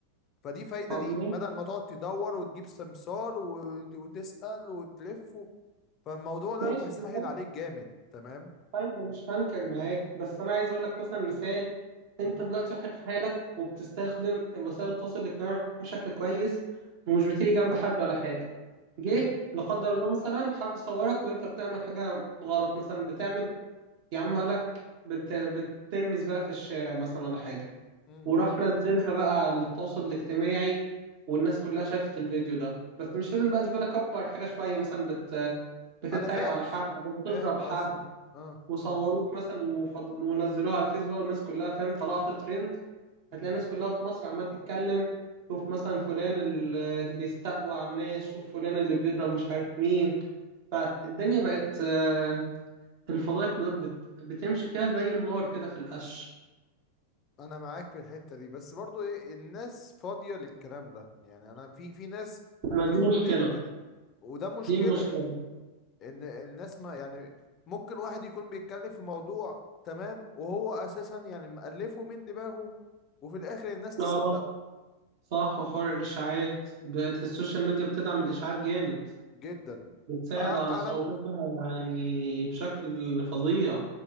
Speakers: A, on the left (about 30°); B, on the right (about 50°).
A: فدي فايدة
B: طب
A: ليك
B: ماشي
A: بدل ما تقعد تدور وتجيب سمسار وت- وتسأل وتلف و- فالموضوع ده
B: ماشي
A: مسهل
B: بتاع.
A: عليك جامد تمام
B: طيب أنا مش هنكر معاك بس انا عايز اقول لك مثلا مثال انت
A: مم.
B: دلوقتي واحد في حالك وبتستخدم وسائل التواصل الاجتماعي بشكل كويس ومش
A: مم.
B: بتيجي جنب حد ولا حاجه جه
A: حلو
B: لا قدر الله مثلا حد صورك وانت بتعمل حاجه غلط مثلا بتعمل يا عم هقول لك بت... بترمي زباله في الشارع مثلا ولا حاجه
A: مم.
B: وراح نزلها بقى على التواصل الاجتماعي والناس كلها شافت الفيديو ده بس مش لازم بقى زبالة كبر حاجة شوية مثلا بت... بتتريق
A: انا فا...
B: على حد أو بتضرب
A: فاهم
B: حد
A: قصدك اه
B: وصوروك
A: اه
B: مثلا وفض... ونزلوها على الفيس بقى والناس كلها فاهم طلعت ترند
A: مم.
B: هتلاقي الناس كلها في مصر عمالة تتكلم شوف مثلا فلان اللي بيستقوى على الناس شوف فلان اللي بيضرب مش عارف مين فالدنيا بقت آه، الفضايح ب... بت... بتمشي فيها زي النار كده في القش
A: انا معاك في الحتة دي بس برضو ايه الناس فاضية للكلام ده يعني انا في في ناس
B: ما
A: بتبقى
B: دي مشكلة
A: فاضية للكلام وده مشكلة
B: دي المشكلة
A: ان الناس ما يعني ممكن واحد يكون بيتكلم في موضوع تمام وهو اساسا يعني مألفه من دماغه وفي الاخر الناس تصدقه
B: اه صح وحوار الإشاعات بقت السوشيال ميديا بتدعم الإشاعات جامد
A: جدا
B: بتساعد
A: فانا
B: على صعوبتها يعني بشكل فظيع